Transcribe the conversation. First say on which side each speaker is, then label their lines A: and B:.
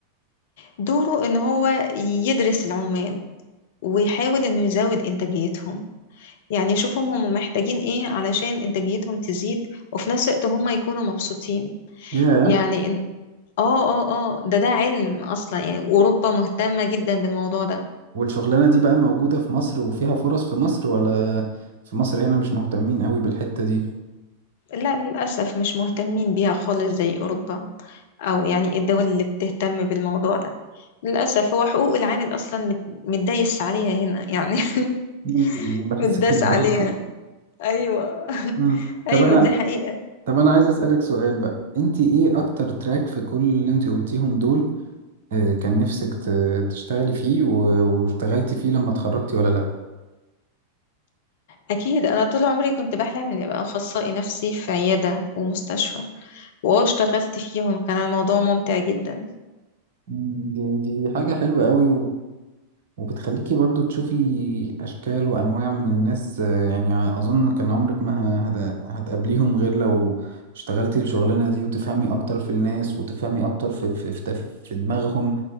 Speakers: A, on the left; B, on the right.
A: دوره إن هو يدرس العمال ويحاول إنه يزود إنتاجيتهم يعني يشوفهم هم محتاجين إيه علشان إنتاجيتهم تزيد وفي نفس الوقت هم يكونوا مبسوطين
B: ياه
A: يعني اه اه اه ده ده علم اصلا يعني اوروبا مهتمة جدا بالموضوع ده
B: والشغلانة دي بقى موجودة في مصر وفيها فرص في مصر ولا في مصر هنا مش مهتمين قوي بالحتة دي
A: لا للأسف مش مهتمين بيها خالص زي اوروبا او يعني الدول اللي بتهتم بالموضوع ده للأسف هو حقوق العامل اصلا مت- متدايس عليها هنا يعني
B: مم، أنا
A: <laughs>
B: بحس
A: متداس
B: كده
A: عليها
B: برضو <laughs>
A: ايوه
B: مم. طب
A: ايوه
B: انا
A: دي حقيقة
B: طب انا عايز اسألك سؤال بقى انت ايه اكتر تراك في كل اللي انت قلتيهم دول آه، كان نفسك ت- تشتغلي فيه و- واشتغلتي فيه لما اتخرجتي ولا لا
A: اكيد انا طول عمري كنت بحلم اني ابقى اخصائي نفسي في عيادة ومستشفى واه اشتغلت فيهم كان الموضوع ممتع جدا
B: مم، دي دي حاجة حلوة قوي وبتخليكي برضو تشوفي أشكال وأنواع من الناس آه، يعني أظن كان عمرك ما هت- هتقابليهم غير لو اشتغلتي الشغلانة دي وتفهمي أكتر في الناس وتفهمي أكتر في في في تف- في دماغهم